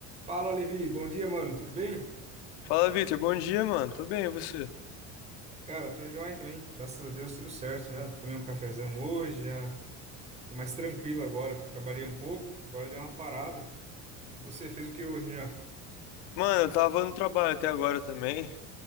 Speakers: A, on the right; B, on the left.
A: Fala, Levi. Bom dia, mano. Tudo bem?
B: Fala, Vitor. Bom dia, mano. Tô bem, e você?
A: Cara, tô joia também. Graças a Deus, tudo certo. Já tomei um cafezão hoje, já tô mais tranquilo agora. Trabalhei um pouco, agora dei uma parada. E você fez o que hoje já?
B: Mano, eu tava no trabalho até agora também.